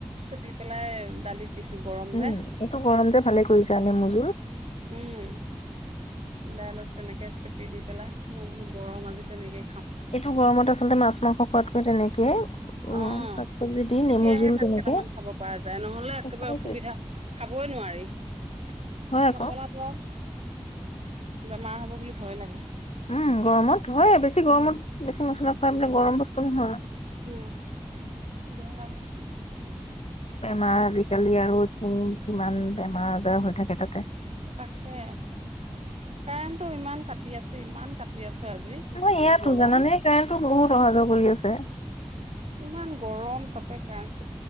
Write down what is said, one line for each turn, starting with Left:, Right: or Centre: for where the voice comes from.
Right: চেপি পেলাই দালিত দিছো। গৰম
Left: উম,
Right: যে।
Left: এইটো গৰম যে ভালে কৰিছা নেমুজোল।
Right: উম, দাইলত তেনেকে চেপি দি পেলাই মই বোলো গৰম আজি তেনেকে
Left: এইটো গৰমত, আচলতে মাছ মংসত খোৱাটো <unintelligible> তেনেকে উম,
Right: অ',
Left: শাক চবজি দি
Right: তেতিয়াহে
Left: নেমু জোল
Right: ভাত
Left: তেনেকে
Right: কেইটামান খাব পৰা যায়। নহ'লে একেবাৰে
Left: সঁচাকে
Right: অসুবিধা খাবই নোৱাৰি। <inaudible>
Left: হয় আকৌ
Right: মছলা পোৱা। বেমাৰ হব বুলি ভয় লাগে।
Left: উম গৰমত হয়ে। বেছি
Right: উম,
Left: গৰমত বেছি মছলা হয় এইবিলাক গৰম বস্তু এ হয়।
Right: উম। বেয়া। তাকে
Left: বেমাৰ আজিকালি আৰু উম কিমান বেমাৰ আজাৰ হৈ থাকে তাতে।
Right: তাকে কাৰেণ্টটো ইমান কাটি আছে ইমান কাটি আছে আজি ইফালে
Left: ন ইয়াতো
Right: গৰম।
Left: জানানে কাৰেণ্টটো বহুত অহা যোৱা কৰি আছে।
Right: ইমান <inaudible>